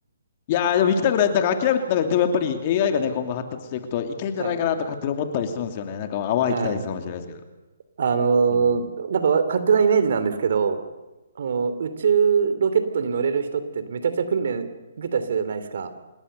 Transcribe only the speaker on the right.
う。はい。
うんあのーなんかわ勝手なイメージなんですけど、
あの、宇宙ロケットに乗れる人ってめちゃくちゃ訓練受けた人じゃないですか。